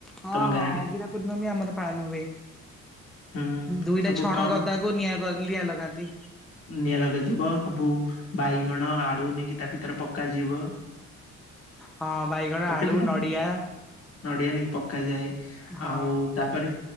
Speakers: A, in the centre; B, on the left.
A: ହଁ
B: ତମ ଗାଁରେ
A: ହଁ ଅଗିରା ପୂର୍ଣ୍ଣମୀ ଆମର ପାଳନ ହୁଏ।
B: ହୁଁ
A: ଦୁଇଟା
B: ସବୁ
A: ଛଣ
B: କଣ
A: ଗଦାକୁ ନିଆଁଗ ନିଆଁ ଲଗାନ୍ତି।
B: ନିଆଁ ଲଗାଯିବ ସବୁ ବାଇଗଣ ଆଳୁ ନେଇକି ତା ଭିତରେ ପକାଯିବ।
A: ହଁ ବାଇଗଣ
B: ପକେଇଛ
A: ଆଳୁ
B: ନା?
A: ନଡିଆ।
B: ନଡିଆ ନେଇକି ପକାଯାଏ
A: ହଁ
B: ଆଉ ତାପରେ